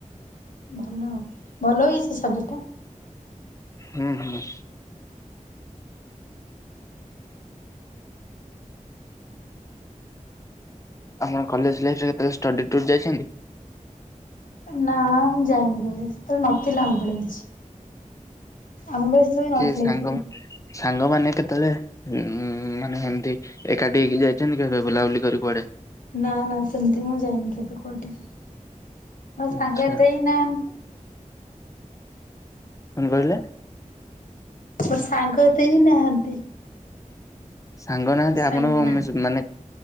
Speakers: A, on the left; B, on the left.
A: ଭଲ, ଭଲ ବି ସେ ସବଜେକ୍ଟଟା।
B: ହୁଁ, ହୁଁ। ଆପଣ କଲେଜ ଲାଇଫରେ କେତେବେଳେ ଷ୍ଟଡି ଟୁର୍ ଯାଇଛନ୍ତି?
A: ନା ମୁଁ ଯାଇନି କେବେ ସେତେବେଳେ ନଥିଲା ଆମ ବେଳେ କିଛି। ଆମ ବେଳେ ସେତେବେଳେ ନଥିଲା
B: କି ସାଙ୍ଗ
A: ଏଠି
B: ସାଙ୍ଗମାନେ କେତେବେଳେ ଉ ମାନେ ହେମିତି ଏକାଠି ହେଇକି ଯାଇଛନ୍ତି କେବେ ବୁଲାବୁଲି କରୀ କୁଆଡେ?
A: ନା, ନା ସେମିତି ମୁଁ ଯାଇନି କେବେ କଉଠି। ମୋ
B: ଆଚ୍ଛା
A: ସାଙ୍ଗ ଏତେ ହିଁ ନାହାନ୍ତି।
B: କଣ କହିଲେ?
A: ମୋର ସାଙ୍ଗ ଏତେ କେହିଁ ନାହାନ୍ତି।
B: ସାଙ୍ଗ ନାହାନ୍ତି
A: ମୋ ସାଙ୍ଗ
B: ଆପଣ
A: ନା
B: ମାନେ